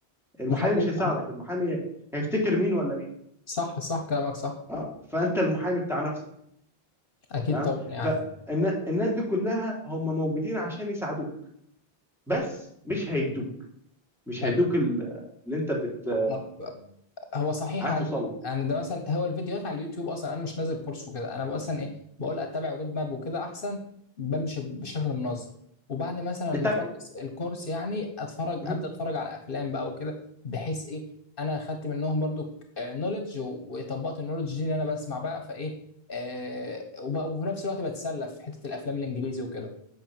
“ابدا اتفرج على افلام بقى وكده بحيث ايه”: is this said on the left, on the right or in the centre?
Left